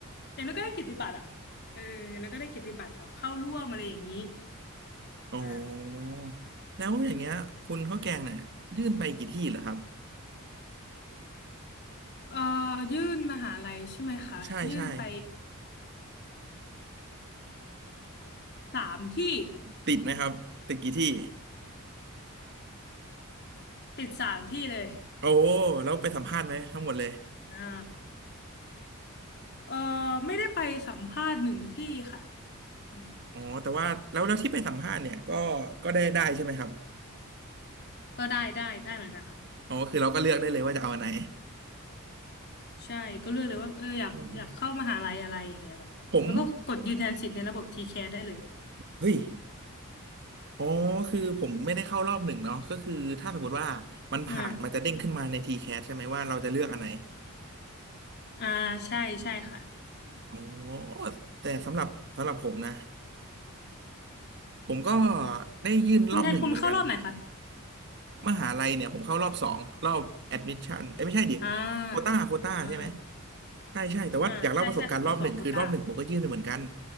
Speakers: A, on the left; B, on the right.
A: อย่างน้อยก็ได้เกิตติบัตรอะเอออย่างน้อยก็ได้เกิตติบัตรแบบเข้าร่วมอะไรอย่างนี้
B: อ๋อ
A: อ่า
B: แล้วอย่างเงี้ยคุณข้าวแกงเนี่ยยื่นไปกี่ที่เหรอครับ
A: เอ่อยื่นมหาลัยใช่ไหมคะยื่นไป
B: ใช่ใช่
A: สามที่
B: ติดไหมครับติดกี่ที่
A: ติดสามที่เลย
B: โอ้แล้วไปสัมภาษณ์ไหมทั้งหมดเลย
A: อ่าเอ่อไม่ได้ไปสัมภาษณ์หนึ่งที่ค่ะอืม
B: อ๋อแต่ว่าแล้วแล้วที่ไปสัมภาษณ์เนี่ยก็ก็ได้ได้ใช่ไหมครับ
A: ก็ได้ได้ได้เหมือนกันค่ะ
B: อ๋อคือเราก็เลือกได้เลยว่าจะเอาอันไหน
A: ใช่ก็เลือกเลยว่าเอออยากอยากเข้ามหาลัยอะไรอย่างเงี้ยแบบแล้วก็กดยืนยันสิทธิ์ในระบบ
B: อืมผม
A: t แค s ได้เลย
B: เฮ้ยอ๋อคือผมไม่ได้เข้ารอบหนึ่งเนาะก็คือถ้าสมมติว่ามันผ่านมันจะเด้งขึ้นมาในทีแ
A: อ่า
B: a s ใช่ไหมว่าเราจะเลือกอันไหน
A: อ่าใช่ใช่ค่ะ
B: อ๋อแต่สำหรับสำหรับผมนะผมก็
A: อืม
B: ได้ยื่นรอบหนึ่งเหมือนกัน
A: คุณแทนคุณเข้ารอบไหนคะ
B: มหาลัยเนี่ยผมเข้ารอบสองรอบแอดมิชชั่นเอ้ยไม่ใช่ดิ
A: อ่าอ่า
B: โควต้าโควต้าใช่ไหมใช่ใช่แต่ว่าอยากเล่าประสบการณ์รอบหนึ่งคือรอบหนึ่งผมก็ยื่นไปเหมือนกัน
A: อ่าใช่ใช่ค่ะรอบสองโควต้า